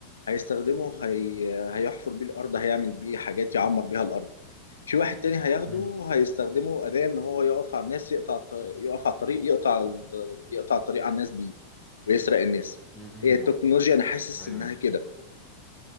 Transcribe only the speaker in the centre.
امم
امم
ايوه